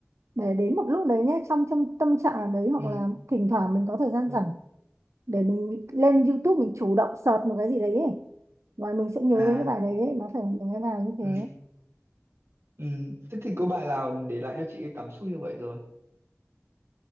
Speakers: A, on the right; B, on the right.
A: để đến một lúc đấy nhé trong trong tâm trạng ở đấy hoặc
B: Ừ,
A: là thỉnh thoảng mình có thời gian
B: mình-
A: rảnh để mình lên YouTube mình chủ động search một cái gì đấy ấy. và mình sẽ nhớ
B: à,
A: đến cái bài đấy ấy. nó phải là những cái bài như thế
B: ừ, ừ. Thế thì có bài nào để lại cho chị cái cảm xúc như vậy rồi?